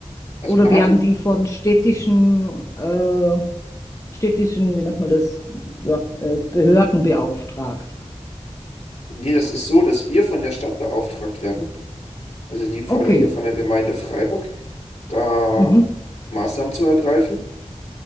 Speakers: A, on the left; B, on the left.
A: Also
B: oder
A: man
B: werden
A: hat ihm,
B: die von städtischen, äh, städtischen, wie nennt man das, ja, äh, Behörden beauftragt?
A: nee, das ist so, dass wir von der Stadt beauftragt werden, also in dem Falle
B: Okay.
A: hier von der Gemeinde Freiburg, da
B: Mhm.
A: Maßnahmen zu ergreifen